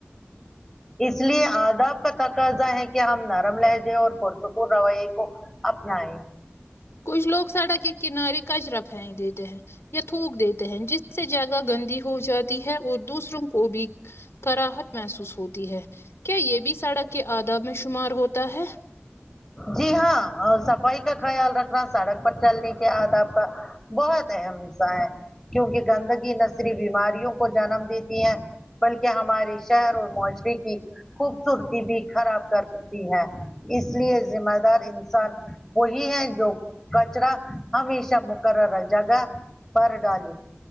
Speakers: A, on the left; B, in the centre.
A: <inaudible>
B: اس لیے آداب کا تقاضا ہے کہ ہم نرم لہجے اور پرتک رویے کو اپنیں
A: کچھ لوگ سڑا کے کنارے کچرا پھیک دیتے ہیں یا تھوک دیتے ہیں جس سے جیاگہ گندی ہو جاتی ہے اور دوسروں کو بھی کراہت محسوس ہوتی ہے کیا یہ بھی سڑک کے آداب میں شمار ہوتا ہے
B: جی ہاں صفائی کا خیال رکھنا سڑک پر چلنے کے آد آپ کا بہت اہم حصہ ہے کیونکہ گندگی نہ صریف بیماریوں کو جنم دیتی ہے بلکہ ہماراری شہر اور معاشرے کی خوبصورتی بھی خراب کرتی ہے اس لیے ذمہ دار انسان وہی ہے جو کچرا ہمیش مقرر جگ پر ڈال